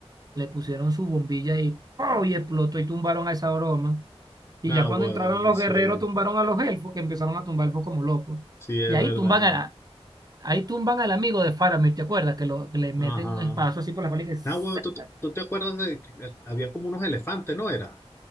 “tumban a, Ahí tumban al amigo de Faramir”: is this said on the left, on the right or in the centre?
Right